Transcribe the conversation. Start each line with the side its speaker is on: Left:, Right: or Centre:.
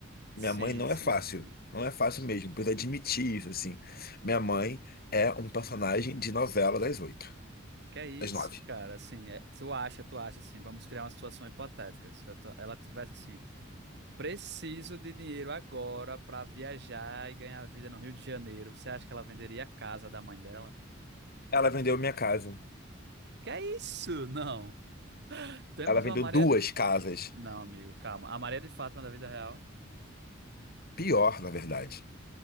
Right: Sim,
Left: Minha mãe não
Right: sim,
Left: é fácil.
Right: sim.
Left: Não é fácil mesmo, precisa admitir isso, assim. Minha mãe é um personagem de novela das oito,
Right: Que é isso,
Left: das nove.
Right: cara? Assim, é- tu acha, tu acha assim, vamos criar uma situação hipotética. Se tu- ela tivesse assim, preciso de dinheiro agora para viajar e ganhar vida no Rio de Janeiro, você acha que ela venderia a casa da mãe dela?
Left: Ela vendeu minha casa.
Right: Que é isso? Não. Temos
Left: Ela vendeu
Right: uma Maria
Left: duas
Right: de.
Left: casas.
Right: Não, amigo, calma. A Maria de Fátima da vida real.
Left: Pior, na verdade.